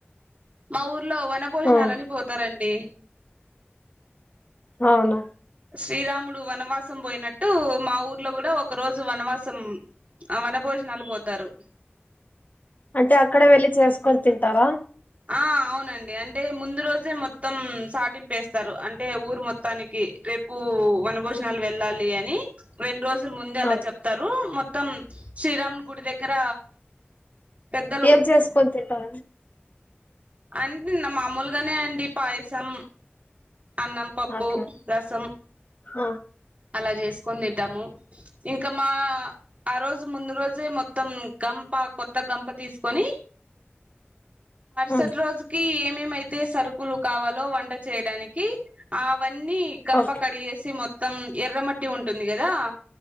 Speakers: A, on the right; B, on the left.
A: మ ఊరు ఇ ఊ లో వన భోజనలు
B: ఆ!
A: ఆని పోతారండి
B: అవునా
A: శ్రీరాముడు వనవాసం పోయినట్టు మా ఊర్లో కూడా ఒక రోజు వనవాసం వన భోజనాలు పోతారు
B: అంటే అక్కడ వెళ్లిి చేసుకొని తింటారా
A: ఆ అవునండి అంటే ముందు రోజే మొత్తం సాటింపేస్తారు అంటే ఊరు మొత్తానికి రేపు వనభోజనాలు వెళ్ళాలి అని రెం రోజుల ముందే అలా
B: ఓకే
A: చెప్తారు మొ మొత్తం శ్రీరాముని గుడి దగ్గర పెద్దలు
B: ఏం చేసుకోని తింటార
A: అంటేన్న మామూలుగానే అండి పాయసం అన్నం పప్పు
B: ఓకే
A: రసం
B: ఆ!
A: అలా చేసుకొని తింటాము ఇంకా మా ఆ రోజు ముందు రోజే మొత్తం గంప కొత్త గంప తీసుకొని
B: హ్మ్.
A: సటి రోజుకి మేమైతే సరుకులు కావాలో వంట చేయడానికి అవన్నీ గంప
B: ఓకే
A: కడిగేసి మొ త్తం ఎర్రమట్టి ఉంటుంది కదా